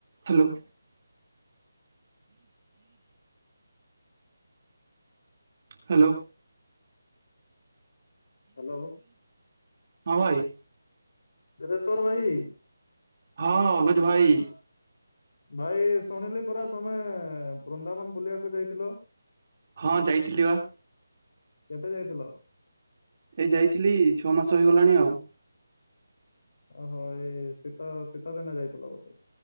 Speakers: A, on the right; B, on the left.
A: Hello. Hello.
B: Hello
A: ହଁ, ଭାଇ!
B: ଦେବେଶ୍ୱର ଭାଇ!
A: ହଁ, ଅନୁଜ ଭାଇ!
B: ଭାଇ ଶୁଣିଲି ପରା ତୁମେ, ବୃନ୍ଦାବନ ବୁଲିବାକୁ ଯାଇଥିଲ?
A: ହଁ, ଯାଇଥିଲି ବା।
B: କେବେ ଯାଇଥିଲ?
A: ଏଇ ଯାଇଥିଲି, ଛଅ ମାସ ହୋଇଗଲାଣି ଆଉ।
B: ଓହୋ! ଏ ଶୀତ ଶୀତଦିନେ ଯାଇଥିଲ ବୋଧେ!